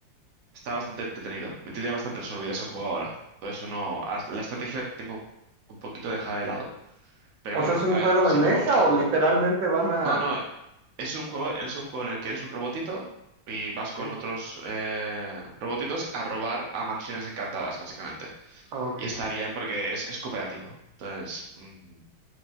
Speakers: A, on the right; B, on the right.
A: Está bastante entretenido. Me tiene bastante absorbido ese juego ahora. Por eso no. as- La estrategia la tengo un poquito dejada de lado. Pero
B: O
A: bueno,
B: sea, es un
A: a
B: juego
A: ver, siempre
B: de mesa
A: me ha gustado.
B: o literalmente van a...
A: No, no, Es un juego, es un juego en el que eres un robotito y vas
B: Ok,
A: con otros eh, robotitos a robar a mansiones encantadas, básicamente.
B: ok,
A: Y está bien porque es, es cooperativo. Entonces, mm,